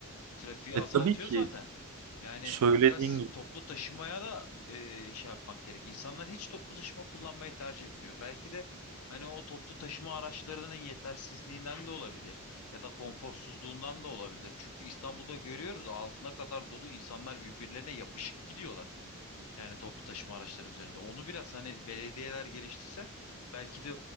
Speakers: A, on the left; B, on the right.
A: Trafiği
B: E,
A: azaltıyor
B: tabii ki
A: zaten. Yani
B: söylediğin
A: biraz
B: gibi.
A: toplu taşımaya da eee, şey yapmak gerek. İnsanlar hiç toplu taşıma kullanmayı tercih etmiyor. Belki de hani o toplu taşıma araçlarının yetersizliğinden de olabilir ya da konforsuzluğundan da olabilir. Çünkü İstanbul'da görüyoruz ağzına kadar dolu insanlar birbirlerine yapışık gidiyorlar. Yani toplu taşıma araçları üzerinde. Onu biraz hani belediyeler geliştirse belki de